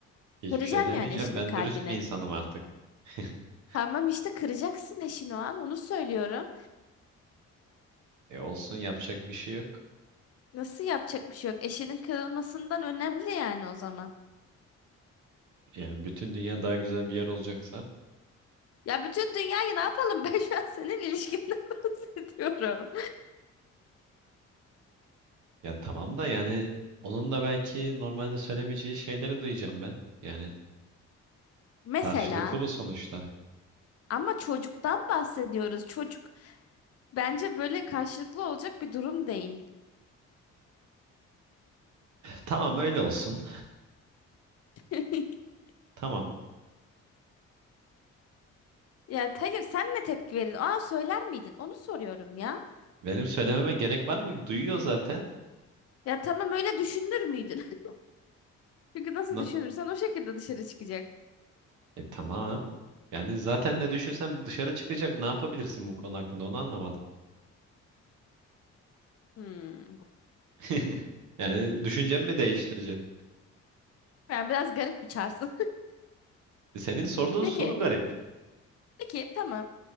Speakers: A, on the right; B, on the left.
A: Hiçbir
B: kıracaksın
A: şey demeyeceğim.
B: yani eşinin
A: Ben
B: kalbini.
A: dürüst bir insanım artık. <laughs>
B: Tamam işte kıracaksın eşini o an onu söylüyorum.
A: E olsun yapacak bir şey yok.
B: Nasıl yapacak bir şey yok. Eşinin kırılmasından önemli yani o zaman.
A: Yani bütün dünya daha güzel bir yer olacaksa.
B: Ya bütün dünyayı ne yapalım? <laughs> Ben şu an senin ilişkinden <laughs> bahsediyorum.
A: Ya tamam da yani onun da belki normalde söylemeyeceği şeyleri duyacağım ben. Yani
B: Mesela
A: karşılıklı bu sonuçta.
B: ama çocuktan bahsediyoruz. Çocuk bence böyle karşılıklı olacak bir durum değil.
A: Tamam öyle olsun.
B: <laughs>
A: Tamam.
B: Ya hayır sen ne tepki verirdin? Aa söyler miydin? Onu soruyorum ya.
A: Benim söylememe gerek var mı? Duyuyor zaten.
B: Ya tamam öyle düşünür müydün? <laughs> Çünkü nasıl
A: Na-
B: düşünürsen o şekilde dışarı çıkacak.
A: E tamam. Yani zaten ne düşünsem dışarı çıkacak. Ne yapabilirsin bu konu hakkında onu anlamadım.
B: Hmm.
A: <laughs> Yani düşüncemi mi değiştireceğim?
B: Yani biraz garip bir çarsın.
A: E, Senin sorduğun
B: <laughs> Peki,
A: soru garip.
B: peki tamam.